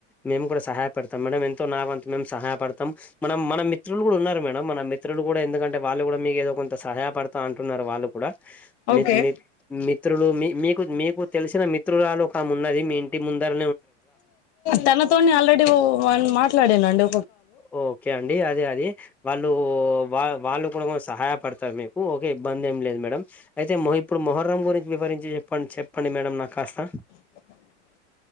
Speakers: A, in the centre; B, on the left (about 70°).
A: మేము కూడా సహాయపడతాం మేడం ఎంత నా వంతు సహయపడతాం. మనం మన మిత్రులు కూడా ఉన్నారు మేడం. మన మిత్రులు కూడా ఎందుకంటే వాళ్ళు కూడా మీకు ఏదో కొంత సహాయపడతా అంటున్నారు వాళ్ళు కూడా
B: ఓకే
A: మీ మీ మిత్రులు మీ మీకు మీకు తెలిసిన మిత్రులరాలు ఒక ఆమె ఉన్నది మీ ఇంటి ముందర.
B: తనతోని ఆల్రెడీ మాట్లాడినానండి.
A: ఓకే అండి. అదే అది వాళ్ళు వా వాళ్ళు ఇప్పుడు సహాయపడతారు మీకు. ఓకే ఇబ్బంది ఏం లేదు మేడం అయితే ఇప్పుడు మొహర్రం గురించి వివరించి చెప్పండి. చెప్పండి మేడం నాకు కాస్తా.
B: <inaudible>